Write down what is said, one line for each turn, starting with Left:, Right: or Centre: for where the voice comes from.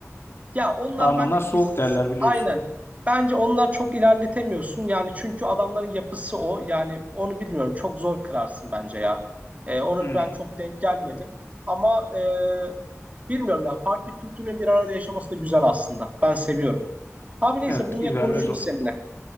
Right: Ya onlar
Left: Almanlar
Right: bence
Left: soğuk
Right: ki
Left: derler biliyorsun.
Right: aynen. Bence onlar çok ilerletemiyorsun. Yani çünkü adamların yapısı o. Yani onu bilmiyorum. Çok zor kırarsın bence ya. Ee, onu
Left: Hmm.
Right: ben çok denk gelmedim. Ama e, bilmiyorum ya. Farklı kültürlerin bir arada yaşaması da güzel aslında. Ben seviyorum. Abi neyse
Left: Evet,
Right: bunu yine
Left: güzel
Right: konuşuruz
Left: ve zor.
Right: seninle.